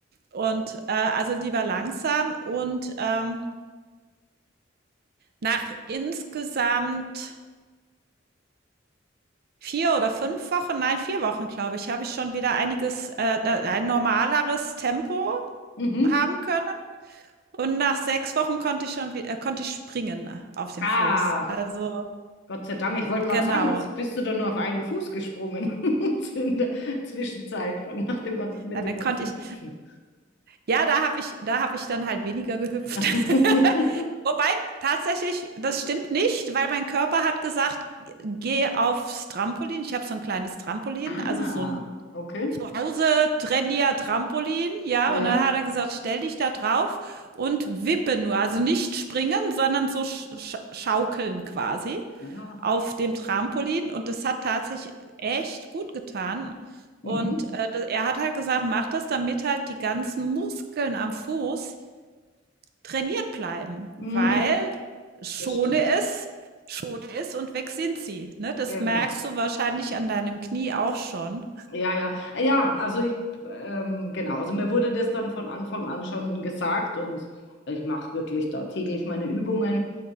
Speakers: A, on the right; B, on the left.
A: Und äh, also lieber langsam und ähm, nach insgesamt vier oder fünf Wochen, nein, vier Wochen, glaube ich, habe ich schon wieder einiges, äh, ein normaleres Tempo
B: Mhm.
A: haben können. Und nach sechs Wochen konnte ich schon, äh, konnte ich springen auf dem
B: Ah,
A: Fuß. Also
B: Gott sei Dank, ich wollte gerade
A: genau.
B: sagen, was bist du da nur auf einem Fuß gesprungen <laughs> in der Zwischenzeit von, nach dem, gan- mit
A: Nein,
B: dem
A: dann
B: ganzen
A: konnte ich,
B: Hüpfen.
A: Ja, da habe ich da habe ich dann halt weniger gehüpft.
B: <laughs>
A: <laughs> Wobei, tatsächlich, das stimmt nicht, weil mein Körper hat gesagt: „Geh aufs Trampolin.“ Ich habe so ein kleines Trampolin,
B: Ah,
A: also so ein
B: okay.
A: zu Hause Trainier Trampolin, ja,
B: Ja.
A: und dann hat er gesagt, stell dich da drauf und wippe nur, also nicht springen, sondern so sch sch schaukeln quasi
B: Ja.
A: auf dem Trampolin und das hat tatsächlich echt gut getan. Und
B: Mhm.
A: äh, da- er hat halt gesagt, mach das, damit halt die ganzen Muskeln am Fuß trainiert bleiben, weil
B: Mhm.
A: schone
B: Das stimmt.
A: es, schone es und weg sind sie. Ne? Das
B: Genau.
A: merkst du wahrscheinlich an deinem Knie auch schon.
B: Ja, ja. Ja, also ich, ähm, genau. Also mir wurde das dann von Anfang an schon gesagt und ich mache wirklich da täglich meine Übungen.